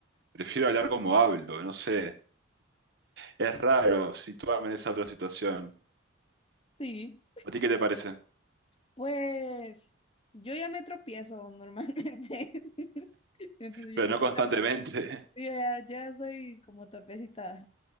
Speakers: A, on the right; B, on the left.
A: Prefiero hablar como hablo, no sé. Es raro situarme en esa otra situación.
B: Sí.
A: ¿A ti qué te parece?
B: Pues yo ya me tropiezo normalmente. <laughs> Entonces
A: Pero
B: yo creo
A: no constantemente.
B: que la-
A: <laughs>
B: yo ya, ya soy como torpecita